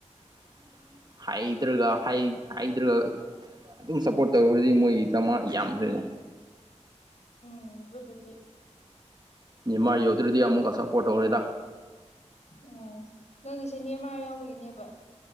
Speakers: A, on the right; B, on the left.
A: <unintelligible> ꯍꯥꯏꯗ꯭ꯔꯒ ꯍꯥꯏꯗ꯭ꯔꯒ ꯑꯗꯨꯝ ꯁꯞꯄꯣꯔꯠ ꯇꯧ꯭ꯔꯗꯤ ꯃꯣꯏꯒꯤ ꯇꯃ ꯌꯥꯝꯍꯦ
B: ꯎꯝ ꯗꯨꯕꯗꯤ
A: ꯏꯃꯥ ꯌꯧꯗ꯭ꯔꯗꯤ ꯑꯃꯨꯛꯀ ꯑꯁꯥꯞꯄꯣꯔꯠ ꯇꯧꯔꯦꯗ
B: ꯑꯣ ꯅꯪꯒꯤꯁꯦ ꯅꯦꯃꯥꯔ ꯌꯥꯎꯕꯒꯤꯅꯦꯕ